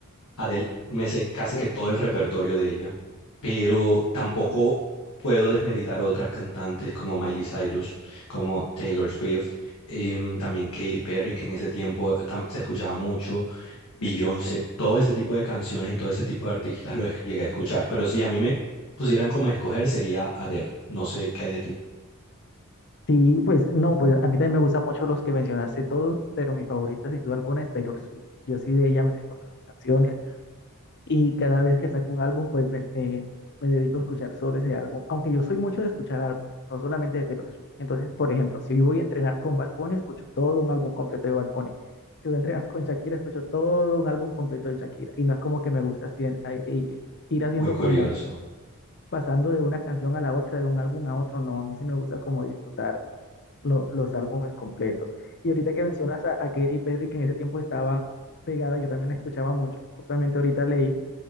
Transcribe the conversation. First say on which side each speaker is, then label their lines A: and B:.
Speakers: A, on the left; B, on the left.
A: Adele me sé casi
B: Adele
A: que todo
B: es muy
A: el repertorio
B: buena.
A: de ella, pero tampoco
B: Sí, sí.
A: puedo desmeritar otras cantantes como Miley Cyrus, como Taylor Swift, em, también Katy Perry, que en ese tiempo tam- se escuchaba mucho. Beyoncé,
B: Sí, sí, sí.
A: todo este tipo de canciones y todo este tipo de artistas lo es- llegué a escuchar, pero si a mí me pusieran como a escoger sería Adele. No sé qué hay de ti.
B: Sí, pues no, pues a mí también me gustan mucho los que mencionaste todos, pero mi favorita sin duda alguna es Taylor Swift. Yo sí de ella me sé todas sus canciones y cada vez que saco un álbum, pues me, me- me dedico a escuchar solo ese álbum, aunque yo soy mucho de escuchar álbumes, no solamente de Taylor Swift. Entonces, por ejemplo, si yo voy a entrenar con Bad Bunny, escucho todo un álbum completo de Bad Bunny. Si voy a entrenar con Shakira, escucho todo un álbum completo de Shakira. Y no es como que me gusta así, eh, eh, ir haciendo
A: Muy curioso.
B: como pasando de una canción a la otra, de un álbum a otro, no, a mí sí me gusta como disfrutar lo- los álbumes completos. Y ahorita que mencionas a, a Katy Perry, que en ese tiempo estaba pegada, yo también la escuchaba mucho. Justamente ahorita leí